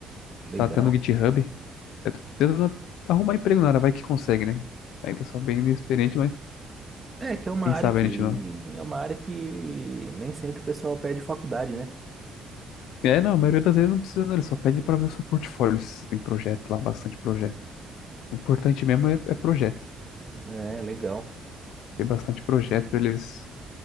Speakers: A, on the right; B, on the left.
A: Legal.
B: Tá tendo GitHub? Eu tô tentando arrumar emprego na área, vai que consegue, né? Ainda sou bem inexperiente, mas
A: É, que é uma
B: quem
A: área
B: sabe
A: que
B: a gente não.
A: é uma área que nem sempre o pessoal pede faculdade, né?
B: É, não, a maioria das vezes não precisa, não. Ele só pede pra ver o seu portfólio, se você tem projeto lá, bastante projeto. O importante mesmo é, é projeto.
A: É, legal.
B: Tem bastante projeto pra eles,